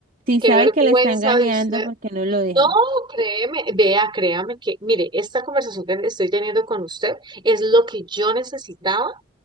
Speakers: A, on the right; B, on the right.
A: Si
B: qué
A: sabe
B: vergüenza
A: que la está engañando,
B: de usted.
A: ¿por qué no lo deja?
B: No, créeme, vea, créame que, mire, esta conversación que estoy teniendo con usted es lo que yo necesitaba